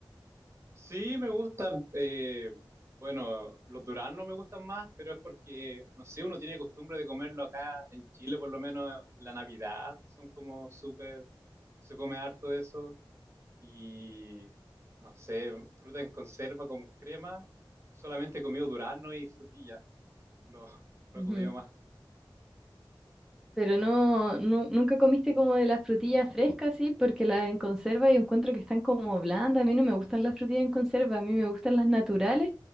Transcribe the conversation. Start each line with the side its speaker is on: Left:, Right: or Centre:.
Right: Sí, me gustan. eh, bueno, los duraznos me gustan más, pero es porque, no sé, uno tiene costumbre de comerlo acá en Chile, por lo menos en la Navidad, son como súper, se come harto de eso. Y, no sé, fruta en conserva con crema, solamente he comido durazno y frutilla, no, <laughs> no
Centre: Ujú.
Right: he comido más.
Centre: Pero no, nu- nunca comiste como de las frutillas frescas, sí, porque las en conserva y encuentro que están como blandas. A mí no me gustan las frutillas en conserva, a mí me gustan las naturales,